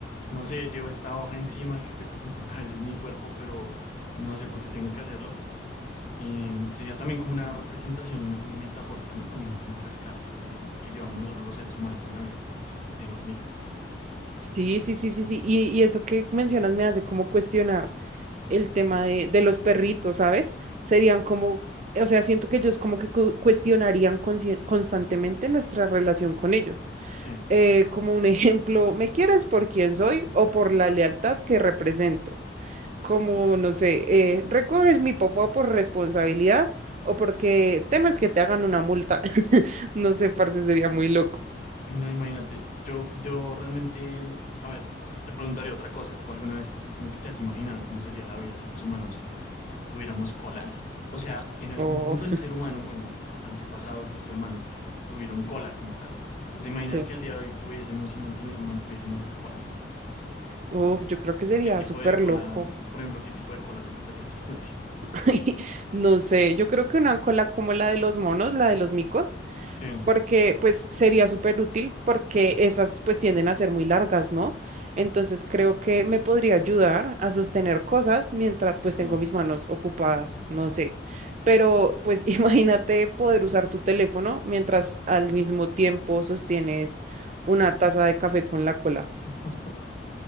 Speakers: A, on the left; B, on the right.
A: no sé, llevo esta hoja encima que pesa 50 veces mi cuerpo, pero no sé por qué tengo que hacerlo. Eh, sería también como una representación me- metafórica, ¿no? También como de las cargas de, que llevamos nosotros los seres humanos en la vida, pero pues en hormiga.
B: Sí, sí, sí, sí, sí. Y, y eso que mencionas me hace como cuestionar el tema de, de los perritos, ¿sabes? Serían como, o sea, siento que ellos como que cu- cuestionarían conscien- constantemente nuestra relación con ellos.
A: Sí.
B: Eh, como un <laughs> ejemplo, ¿me quieres por quién soy o por la lealtad que represento? como, no sé, eh, recoges mi popó por responsabilidad o porque temes que te hagan una multa. <laughs> No sé, parce, sería muy loco.
A: Uy, no, imagínate. Yo, yo realmente, a ver, te preguntaría otra cosa. ¿Tú alguna vez, cómo que te has imaginado cómo sería la vida si los humanos tuviéramos colas. O sea, en algún
B: Uf,
A: punto el ser humano, bueno, antepasados del ser humano, tuvieron cola como tal. Pero te imaginas
B: sí.
A: que al día de hoy tuviésemos y mantine- mantuviésemos esa cola?
B: Uf, yo creo que sería
A: ¿Qué tipo
B: súper
A: de cola,
B: loco.
A: por ejemplo, qué tipo de cola te gustaría <laughs> tener a ti?
B: <laughs> No sé, yo creo que una cola como la de los monos, la de los micos.
A: Sí,
B: porque pues sería súper útil porque esas pues tienden a ser muy largas, ¿no? Entonces creo que me podría ayudar a sostener cosas mientras pues
A: sí.
B: tengo mis manos ocupadas, no sé. Pero pues <laughs> imagínate poder usar tu teléfono mientras al mismo tiempo sostienes una taza de café con la cola.
A: <laughs>